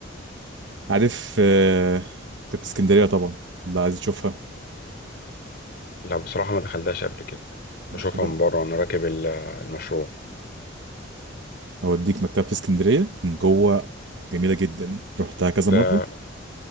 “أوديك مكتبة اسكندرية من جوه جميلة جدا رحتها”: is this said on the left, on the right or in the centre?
Right